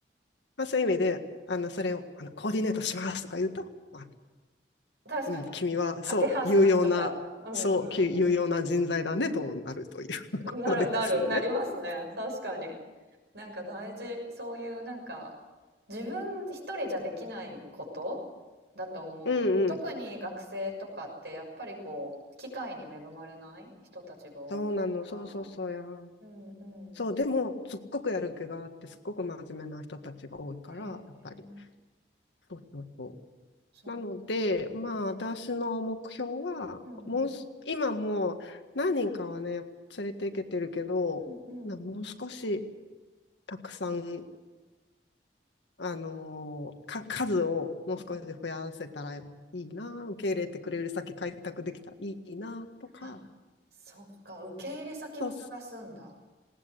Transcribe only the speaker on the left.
まあ、そういう意味で、あの、それを、あの、コーディネートしますとか言うと、まあ、
うん、君は、
そう、有用な、
そう、き有用な人材だね、
となるという <laughs>
ことですね。
うんうん。
そうなの。そうそうそうや。
そう、でも、すっごくやる気があって、すっごく真面目な人たちが多いから、
やっぱり。そうそうそ
う。なので、まあ、
私の目標は、
もうす、今もう何人かはね、連れていけてるけど、
なもう少し、たくさんあのーか、数をもう少し増やせたらいいな、
受け入れてくれる先開拓できたらいいなとか、
と、